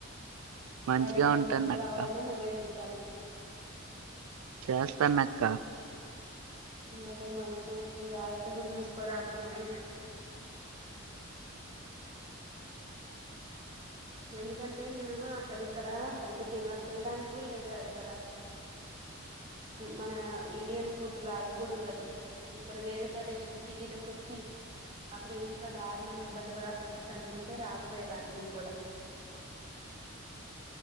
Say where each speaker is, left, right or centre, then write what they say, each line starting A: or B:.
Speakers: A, on the right; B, on the right.
A: మంచిగా
B: వాళ్ళకి ఏ
A: ఉంటానక్క
B: హెల్ప్ కావాలన్నా నువ్వే చెయాలి
A: చేస్తానా అక్క
B: అదే మరి కొంచెం జాగ్రత్త కూడా చూసుకోరా అమ్మనాన్నని ఎందుకంటే నేను అసలు ఇక్కడ సరిగ్గా తిన తినడానికి కూడా లేదురా ఇక్కడ మన ఇండియన్ ఫుడ్ లాగా కూడా ఉండదు ఇక్కడ వేరే ప్రదేశం సిటీలోకి వచ్చ అసలు ఇంత దారుణంగా ఇబ్బంది పడాల్సి వచ్చింది అనుకుంటే రాకపోయే దాన్ని నేను కూడా